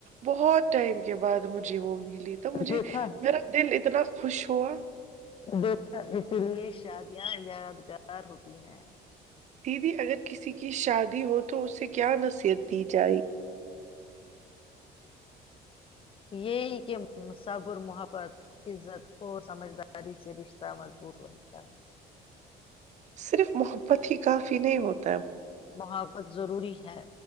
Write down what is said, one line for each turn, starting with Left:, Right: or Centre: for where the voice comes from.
Right: بہت ٹائم کے بعد مجھے وہ م تو مجھے
Left: دیکھا
Right: میرا دل اتنا خوش ہوا
Left: دیکھا اسی لیے شادیاں یادگار ہوتی ہیں
Right: دیدی اگر کسی کی شادی ہو تو اس سے کیا نصیحت دی جائے
Left: یہی کہ صبر محبت عزت اور سمجھداری سے رشتہ مضبوط بنتا ہے
Right: صرف محبت ہی کافی نہیں ہوتی
Left: محبت ضروری ہے